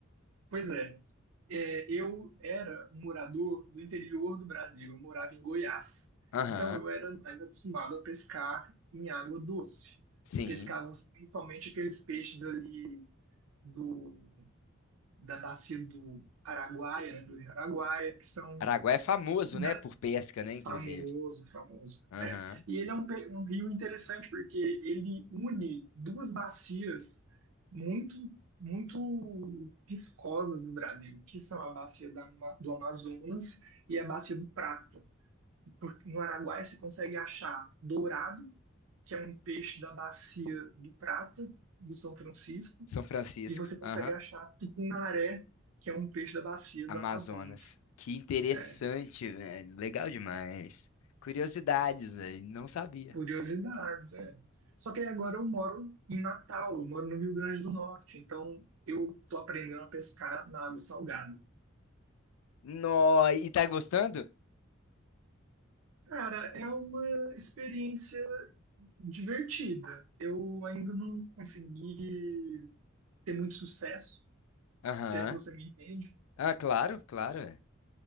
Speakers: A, on the right; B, on the left.
A: Pois é, É, eu era um morador do interior do Brasil, eu morava em Goiás.
B: Aham,
A: Então eu era mais acostumado a pescar em água doce.
B: sim.
A: pescávamos principalmente aqueles peixes ali do, da bacia do Araguaia, né, do Rio Araguaia, que são
B: Araguá é famoso,
A: que
B: né?
A: dá
B: Por pesca, né? Inclusive.
A: Famoso, famoso.
B: Aham.
A: É. E ele é um, pe- um rio interessante porque ele une duas bacias muito, muito viscosas do Brasil, que são a bacia da Ama- do Amazonas e a bacia do Prata. Por- No Araguaia você consegue achar dourado, que é um peixe da bacia do Prata, do São Francisco,
B: São Francisco.
A: e você consegue
B: Aham.
A: achar tucunaré, que é um peixe da bacia
B: Amazonas.
A: do Amazonas.
B: Que interessante,
A: É.
B: velho. Legal demais. Curiosidades, velho. Não sabia.
A: Curiosidades, é. Só que aí agora eu moro em Natal, eu moro no Rio Grande do Norte, então eu tô aprendendo a pescar na água salgada.
B: Nó, e tá gostando?
A: Cara, é uma experiência divertida. Eu ainda não consegui ter muito sucesso,
B: Aham.
A: se é que você me entende.
B: Ah, claro, claro. é.